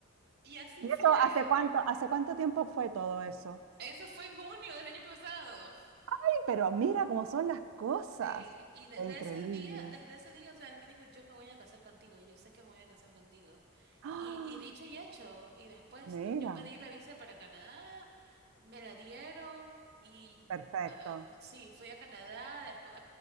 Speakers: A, on the right; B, on the right.
A: Y así
B: ¿Y eso
A: fue.
B: hace cuánto, hace cuánto tiempo fue todo eso?
A: Eso fue en junio del año pasado.
B: Sí, pero mira cómo son las cosas.
A: Sí, y desde
B: Fue increíble.
A: ese día, desde ese día, o sea, él me dijo, yo me voy a casar contigo, yo sé que me voy a casar contigo.
B: <gasps> ¡Ah!
A: Y, y dicho y hecho, y después
B: mira.
A: yo pedí la visa para Canadá, me la dieron y
B: Perfecto.
A: ah, sí, fui a Canadá, después